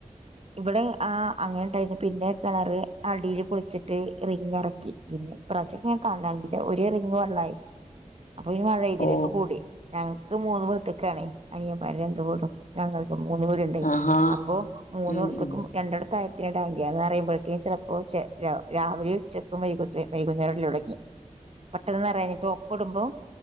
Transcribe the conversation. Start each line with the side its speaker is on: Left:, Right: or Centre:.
Right: ഇവിടെ ആഹ് അങ്ങനെ ണ്ടായിരുന്നു പിന്നെ കിണർ അടീല് പൊളിച്ചിട്ട് റിംഗ് എറക്കി. പിന്നെ ഇപ്രാവശ്യം ഞാൻ കണ്ടാലും ന്നു ഒരേ റിങ്ങ് വെള്ളായി അപ്പൊ ഇനി മഴ പെയ്തില്ല
Left: ഓ
Right: ഇപ്പൊ കൂടി ഞങ്ങക്ക് മൂന്ന് വീട്ടിക്ക് ആണേ അനിയന്മാര് രണ്ടു വീടും ഞങ്ങൾക്കും മൂന്ന് വീട് ഇണ്ടേ
Left: ആഹാ
Right: അപ്പൊ മൂന്ന്
Left: ഉം
Right: എടുത്തേക്കും
Left: ഉം
Right: രണ്ടിടത്ത് ആയിരത്തിൻ്റ ടാങ്ക അത് <unintelligible> ചിലപ്പോ ഛെ രാ രാവിലെ ഉച്ചയ്ക്കും വൈകിട്ടെ വൈകുന്നേരിലുടങ്ങി പെട്ടെന്ന് നെറയിനി ഒപ്പടുമ്പോ